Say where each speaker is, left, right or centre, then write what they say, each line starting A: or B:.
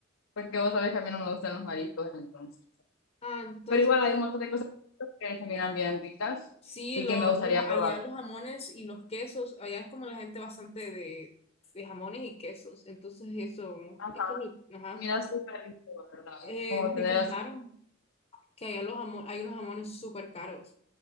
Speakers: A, on the left; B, on the left.
A: porque vos sabés que a mí no me gustan los mariscos, entonces.
B: Ah, entonces,
A: Pero igual hay un montón de cosas que se miran bien ricas
B: sí,
A: y
B: lo,
A: que me gustaría
B: los,
A: probar.
B: allá los jamones y los quesos, allá es como la gente bastante de, de jamones y quesos, entonces eso,
A: Ajá.
B: eso es mi, ajá.
A: Se mira súper rico, ¿verdad?
B: Eh,
A: Como
B: me
A: tener
B: contaron
A: así.
B: que allá los jamo- hay unos jamones súper caros